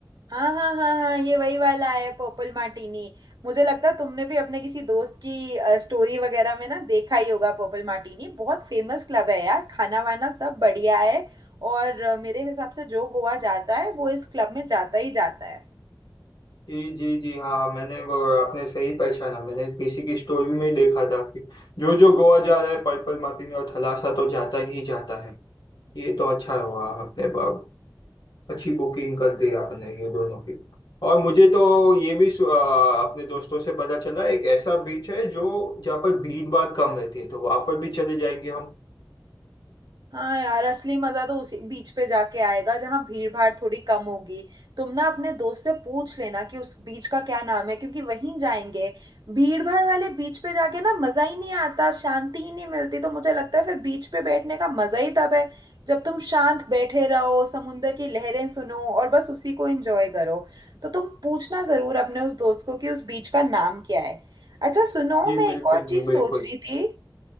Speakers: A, on the right; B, on the left.
A: हाँ हाँ हाँ हाँ ये वही वाला है पर्पल मार्टिनी मुझे लगता है तुमने भी अपने किसी दोस्त की स्टोरी वगैरह में ना देखा ही होगा पर्पल मार्टिनी बहुत फेमस क्लब है यार खाना वाना सब बढ़िया है और अ, मेरे हिसाब से जो गोवा जाता है वो इस क्लब में जाता ही जाता है
B: जी जी जी हाँ मैंने वो आपने सही पहचाना मैंने किसी की स्टोरी में ही देखा था कि जो जो गोवा जा रहा है पर्पल मार्टिनी और थलासा तो जाता ही जाता है ये तो अच्छा हुआ आपने ब- अच्छी बुकिंग कर दी आपने ये दोनों की और मुझे तो ये भी सु- आ, अपने दोस्तों से पता चला एक ऐसा बीच है जो जहाँ पर भीड़ भाड़ कम रहती है तो वहाँ पर भी चले जाएंगे हम
A: हाँ यार असली मजा तो उसी बीच पे जाके आएगा जहाँ भीड़ भाड़ थोड़ी कम होगी तुम ना अपने दोस्त से पूछ लेना कि उस बीच का क्या नाम है क्योंकि वहीं जाएंगे भीड़ भाड़ वाले बीच पे जाके ना मजा ही नहीं आता शांति ही नहीं मिलती तो मुझे लगता है फिर बीच पे बैठने का मजा ही तब है जब तुम शांत बैठे रहो समुंदर की लहरें सुनो और बस उसी को एंजॉय करो तो तुम पूछना जरूर अपने उस दोस्त को कि उस बीच का नाम क्या है अच्छा सुनो
B: जी
A: मैं
B: बिल्कुल
A: एक और
B: जी
A: चीज
B: बिल्कुल
A: सोच रही थी